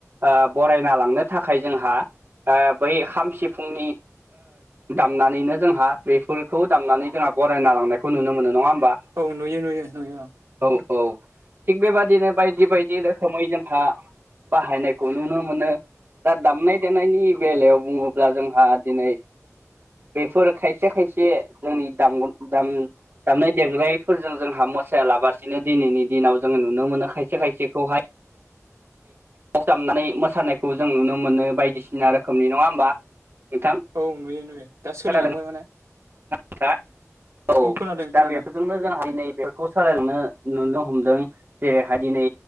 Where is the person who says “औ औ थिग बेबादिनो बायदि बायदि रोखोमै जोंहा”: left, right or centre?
Right